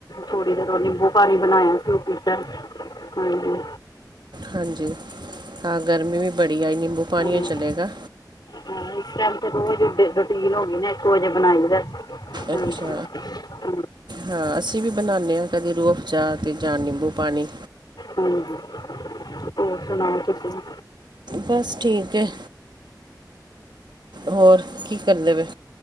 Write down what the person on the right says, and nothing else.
ਹਾਂਜੀ ਤਾਂ ਗਰਮੀ ਵੀ ਬੜੀ ਆ ਨਿੰਬੂ ਪਾਣੀ
ਹੀ ਚਲੇਗਾ।
ਅੱਛਾ।
ਹਾਂ ਅਸੀਂ ਵੀ ਬਣਾਉਦੇ ਹਾਂ ਕਦੇ ਰੂਹ ਅਫਜਾ ਤੇ ਜਾਂ ਨਿੰਬੂ ਪਾਣੀ
ਬਸ ਠੀਕ ਹੈ, ਹੋਰ ਕੀ ਕਰਦੇ ਪਏ